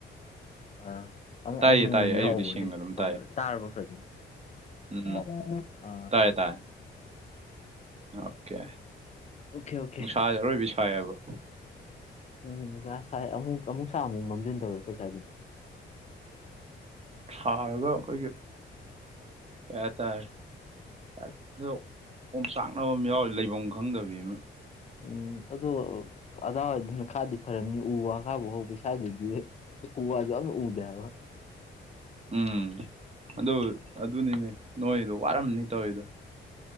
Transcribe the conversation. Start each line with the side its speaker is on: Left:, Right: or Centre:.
Left: ꯑ ꯑꯃꯨꯛ
Right: ꯇꯥꯏꯌꯦ
Left: <unintelligible>
Right: ꯇꯥꯏꯌꯦ ꯑꯩꯕꯨꯗꯤ
Left: ꯌꯥꯎꯕꯅꯦ
Right: ꯁꯦꯡꯅ ꯑꯗꯨꯝ
Left: ꯍꯧꯔꯛꯄꯗ
Right: ꯇꯥꯏꯌꯦ
Left: ꯇꯥꯔꯕꫭ ꯐꯖꯅ
Right: ꯎꯝ
Left: <unintelligible>
Right: ꯎꯝ
Left: ꯑ
Right: ꯇꯥꯏꯌꯦ ꯇꯥꯏꯌꯦ ꯑꯣꯀꯦ
Left: ꯑꯣꯀꯦ ꯑꯣꯀꯦ
Right: ꯅꯨꯡꯁꯥꯖꯦ ꯑꯔꯣꯏꯕꯤ ꯁꯥꯏ ꯍꯥꯏꯕ
Left: ꯎꯝ ꯉꯁꯥꯏ <unintelligible> ꯃꯝꯖꯤꯟ ꯇꯧꯋꯦ ꯑꯈꫭꯏ ꯁꯥꯏꯗ
Right: ꯁꯥꯔꯒ ꯑꯈꫭꯏꯒꯤ ꯀꯩ ꯍꯥꯏꯇꯥꯔꯦ ꯍꯦꯛꯇ ꯑꯣꯝꯆꯥꯛꯅꯕ ꯑꯃ ꯌꯥꯎꯋꯤ ꯂꯩꯕꯝ ꯈꯪꯗꯕꯤ ꯑꯃ
Left: ꯎꯝ ꯑꯗꯣ ꯑꯗꯥꯋꯥꯏꯗꯅ ꯈꯔꯗꯤ ꯐꯔꯝꯅꯤ ꯎ ꯋꯥ ꯈꯔ ꯍꯧꯕꯩ ꯁꯥꯏꯗꯗꯤ ꯎ ꯋꯥꯖꯨ ꯑꯝꯇ ꯎꯗꯦ ꯍꯥꯏꯕ
Right: ꯎꯝ ꯑꯗꯨ ꯑꯗꯨꯅꯤꯅꯦ ꯅꯣꯏꯗꯣ ꯋꯥꯔꯝꯅꯤ ꯇꯧꯔꯤꯗꯣ